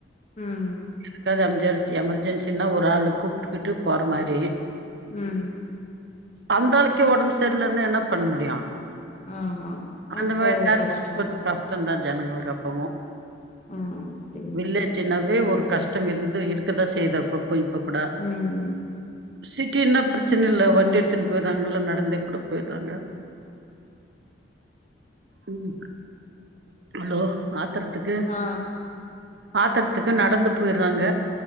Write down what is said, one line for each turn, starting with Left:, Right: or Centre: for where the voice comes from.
Left: ம்
Right: எதுக்காவது எம்ஜார் எமர்ஜென்சின்னா ஒரு ஆள் கூப்ட்டுக்கிட்டு போற மாரி
Left: ம்
Right: அந்த ஆளுக்கே ஒடம்பு சரியில்லன்னா என்ன பண்ண முடியு
Left: ஆமா
Right: அந்த
Left: அப்போ
Right: மாரி
Left: ஒரு
Right: நேரத்துக்கு
Left: கஷ்ட
Right: கொஞ்சோ கஷ்டந்தா ஜனங்களுக்கு அப்பவு
Left: ஆ அப்படியா
Right: வில்லேஜ்னா ஒரு கஷ்ட இருக்குது இருக்குதா செய்யுது அப்பப்ப இப்ப கூட
Left: ம்
Right: சிட்டின்னா ப்ரச்சன இல்ல வண்டி எடுத்துன்னு போயறாங்கல்ல நடந்தே கூட போயிடுறாங்க ம் ஹலோ ஆத்தறதுக்கு
Left: ஆ
Right: ஆத்தறத்துக்கு நடந்து போயிட்றாங்க